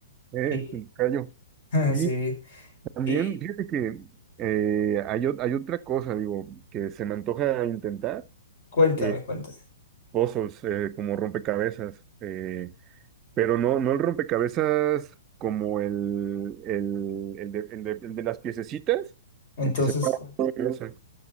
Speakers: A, on the right; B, on the left.
A: Eh,
B: Y
A: callo.
B: <laughs>
A: Y
B: sí,
A: también,
B: y
A: fíjate que eh, hay, o- hay otra cosa, digo, que se me antoja intentar.
B: cuéntame,
A: eh,
B: cuéntame.
A: puzzles, eh, como rompecabezas, eh, pero no, no el rompecabezas como el, el, el de, el de- el de las piececitas,
B: Entonces,
A: el que se para,
B: cu-
A: ese,